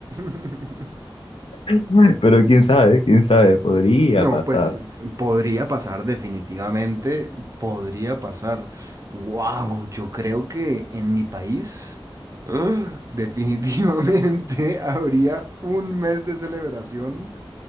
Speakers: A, on the right (about 35°); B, on the left (about 80°).
A: <laughs>
B: <laughs> Pero quién sabe, quién sabe, podría
A: No,
B: pasar.
A: pues podría pasar definitivamente, podría pasar. Wow, yo creo que en mi país ¡ah! definitivamente <laughs> habría un mes de celebración